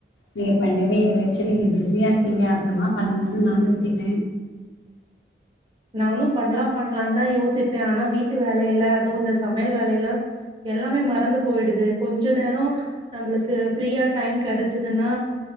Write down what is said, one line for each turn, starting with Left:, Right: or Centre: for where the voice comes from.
Left: நீங்க பண்ணவே இல்ல சரி நீங்க பிஸியா இருப்பீங்க அப்புறமா பண்ணலானு நானு விட்டுட்டே
Right: நானு பண்ணலா பண்ணலானு தா யோசிப்பே ஆனா வீட்டு வேலையில அதுவு இந்த சமையல் வேலையில எல்லாமே மறந்து போயிடுது கொஞ்ச நேரோ நம்மளுக்கு ஃப்ரீயா டைம் கெடச்சதுன்னா